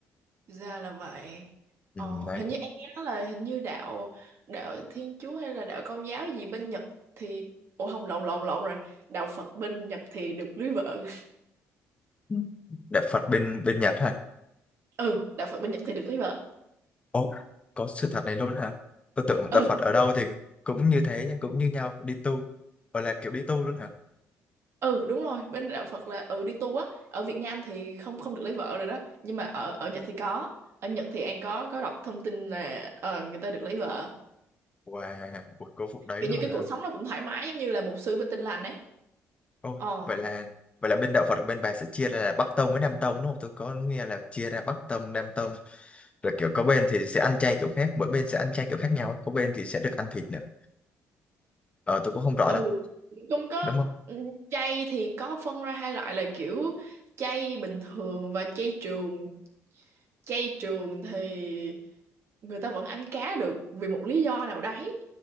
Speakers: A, on the right; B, on the left.
A: ra là vậy
B: Ừ,
A: Ồ,
B: đấy
A: hình như anh nghe nói là hình như đạo đạo Thiên Chúa hay là đạo Công giáo gì bên Nhật thì ủa không lộn lộn lộn rồi đạo Phật bên Nhật thì được lấy vợ
B: Ừ. đạo Phật bên bên Nhật hả?
A: <laughs> ừ đạo Phật bên Nhật thì được lấy vợ
B: Ồ, có sự thật này luôn hả? Tôi tưởng
A: ừ
B: đạo Phật ở đâu thì cũng như thế nhưng cũng như nhau đi tu. Gọi là kiểu đi tu luôn hả?
A: ừ đúng rồi bên đạo Phật là ừ đi tu á ở Việt Nam thì không không được lấy vợ rồi đó nhưng mà ở ở Nhật thì có ở Nhật thì anh có có đọc thông tin là ờ, người ta được lấy vợ
B: Wow, cuộc cố phục đấy
A: kiểu
B: luôn
A: như cái
B: hả?
A: cuộc sống nó cũng thoải mái giống như là mục sư bên Tin Lành ấy
B: Ồ,
A: ờ
B: vậy là vậy là bên đạo Phật bên bà sẽ chia ra là Bắc tông với Nam tông đúng không? Tôi có nghe là chia ra Bắc tông, Nam tông rồi kiểu có bên thì sẽ ăn chay kiểu khác, mỗi bên sẽ ăn chay kiểu khác nhau, có bên thì sẽ được ăn thịt nữa. Ờ tôi cũng không rõ
A: ừ
B: lắm,
A: cũng có
B: đúng không?
A: ừ, chay thì có phân ra hai loại là kiểu chay bình thường và chay trường chay trường thì người ta vẫn ăn cá được vì một lý do nào đấy